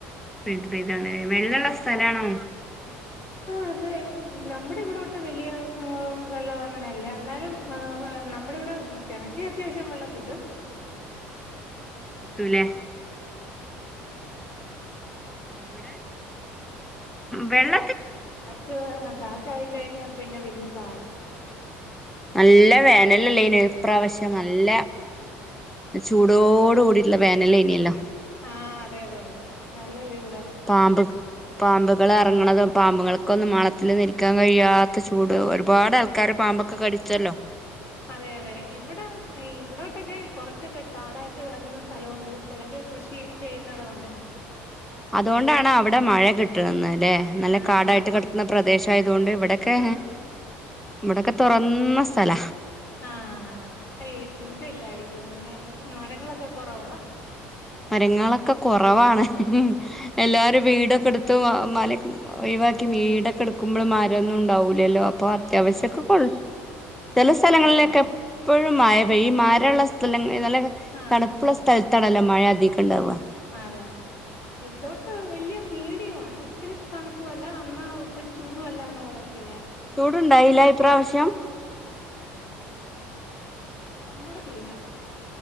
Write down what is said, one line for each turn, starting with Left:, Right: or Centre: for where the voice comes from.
Centre: പെഴുത് പെഴുതാണ് വെള്ളൊള്ള സ്ഥലാണോ
Left: ആ അതെ നമ്മുടെ ഇവിടോട്ട് വലിയ മ് വെള്ളം അങ്ങനെല്ല എന്നാലും മ് നമ്മുടെ ഇവിടെ കിണറ്റി അത്യാവശ്യം വെള്ളം കിട്ടും
Centre: കിട്ടൂലേ ഇവിടെ വെള്ള
Left: അപ്പൊ കാറ്റ ആയ് കഴിഞ്ഞ പിന്നെ വല്യാ പാടാ
Centre: നല്ല വേനലല്ലേന് ഇപ്രാവശ്യം നല്ല ചൂടോട് കൂടിട്ടുള്ള വേനല്നിയല്ലോ
Left: ആഹ് അതെ അതെ നല്ല ജോ
Centre: പാമ്പ് പാമ്പ് ങ്ങള് ഇറങ്ങണത് പാമ്പുങ്ങൾക്കൊന്നും മാളത്തിലൊന്നും ഇരിക്കാൻ കഴിയാത്ത ചൂട് ഒരുപാട് ആൾക്കാരെ പാമ്പൊക്കെ കടിച്ചല്ലോ
Left: അതെ അതെ ഇവിടെ ഇവിടോട്ടൊക്കെ കൊറച്ചൊക്കെ കാടായിട്ട് കിടക്കുന്ന സ്ഥലമുണ്ട് ചിലത് കൃഷി ചെയ്യുന്നടമുണ്ട്
Centre: അതുകൊണ്ടാണ് അവിടെ മഴ കിട്ടുന്നത് അല്ലെ നല്ല
Left: ആ
Centre: കാടായിട്ട്
Left: അതെ
Centre: കിടക്കുന്ന പ്രദേശായതുകൊണ്ട് ഇവിടൊക്കെ
Left: ആ
Centre: ഇവിടൊക്കെ തുറന്ന സ് സ്ഥല
Left: ആഹ് ഈ ഇത് ഇല്ലായിരിക്കും അങ്ങനെ മരങ്ങളൊക്കെ കുറവാ
Centre: മരങ്ങളൊക്കെ കുറവാണ് എല്ലാരും വീടൊക്കെ എടുത്ത് മ മലക്ക്‌ ഒഴിവാക്കി വീടൊക്കെ എടുക്കുമ്പോള് മരൊന്നും ഉണ്ടാവൂലല്ലോ പ്പോ അത്യാവശ്യൊക്കെ
Left: ആ ആ
Centre: കൊൾ ചില സ്ഥലങ്ങളിലൊക്കെ
Left: ആ അതെ
Centre: എപ്പോഴും മയ പെയ്യും മരൊള്ള സ്ഥലങ്ങ നല്ല
Left: ആ
Centre: തണുപ്പുള്ള
Left: ആ
Centre: സ്ഥലത്താണല്ലോ മഴ ടിക്കൊണ്ടവ
Left: അതെ ഇവിടോട്ട് വലിയ മീഡിയമാണ് ഒത്തിരി തണുപ്പും അല്ല അന്നാ ഒത്തിരി ചൂടും അല്ലാന്ന് പറയത്തില്ലേ
Centre: ചൂടുണ്ടായില്ല ഇപ്രാവശ്യം
Left: നമ്മുടെ തീരാ